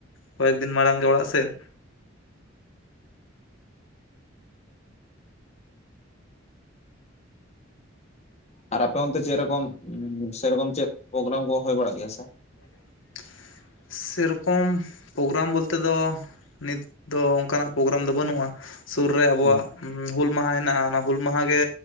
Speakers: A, on the left; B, on the left.
A: ᱠᱚᱭᱮᱠ ᱫᱤᱱ ᱢᱟᱲᱟᱝ ᱜᱮ ᱚᱲᱟᱜ ᱥᱮᱫ
B: ᱟᱨ ᱟᱯᱮ ᱚᱱᱛᱮ ᱥᱮᱮᱨᱚᱠᱚᱢ ᱥᱮᱨᱚᱠᱚᱢ ᱪᱮᱫ ᱯᱨᱳᱜᱨᱟᱢ ᱠᱚ ᱦᱩᱭᱭ ᱵᱟᱲᱟᱜ ᱜᱮᱭᱟ ᱥᱮ
A: <inaudible> ᱥᱮᱨᱚᱠᱚᱢ ᱯᱨᱳᱜᱨᱟᱢ ᱵᱚᱞᱛᱮ ᱫᱚ ᱱᱤᱛ ᱫᱚ ᱚᱱᱠᱟᱱᱟᱜ ᱯᱨᱳᱜᱨᱟᱢ ᱫᱚ ᱵᱟᱹᱱᱩᱜᱼᱟ᱾ ᱥᱩᱨ ᱨᱮ ᱟᱵᱚᱣᱟᱜ
B: ᱦᱮᱸ
A: ᱦᱩᱞ ᱢᱟᱦᱟ ᱦᱮᱱᱟᱜᱼᱟ ᱚᱱᱟ ᱦᱩᱞ ᱢᱟᱦᱟ ᱜᱮ